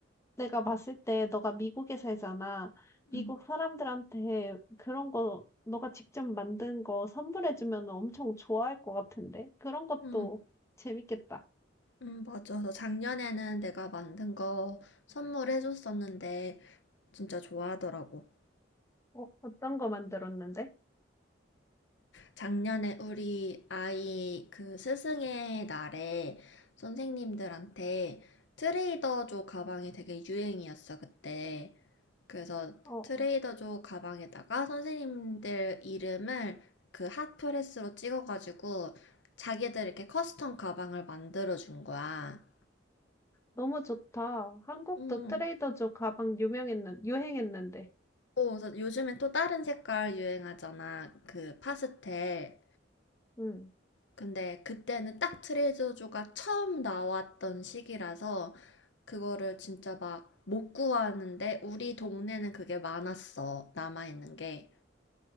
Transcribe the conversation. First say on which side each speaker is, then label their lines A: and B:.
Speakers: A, on the left; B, on the left.
A: 내가 봤을 때 너가 미국에 살잖아. 미국
B: 응,
A: 사람들한테 그런 거 너가 직접 만든 거 선물해주면 엄청 좋아할 것 같은데. 그런 것도
B: 응,
A: 재밌겠다.
B: 응, 맞아. 너 작년에는 내가 만든 거 선물해줬었는데, 진짜 좋아하더라고.
A: 어, 어떤 거 만들었는데?
B: 작년에 우리 아이 그 스승의 날에 선생님들한테 트레이더조 가방이 되게 유행이었어, 그때. 그래서
A: 어.
B: 트레이더조 가방에다가 선생님들 이름을 그 핫프레스로 찍어가지고 자기들 이렇게 커스텀 가방을 만들어준 거야.
A: 너무 좋다. 한국도
B: 음.
A: 트레이더조 가방 유명했는, 유행했는데.
B: 오, 그래서 요즘에 또 다른 색깔 유행하잖아. 그 파스텔.
A: 응,
B: 근데 그때는 딱 트레저조가 처음 나왔던 시기라서 그거를 진짜 막 못 구하는데 우리 동네는 그게 많았어. 남아있는 게.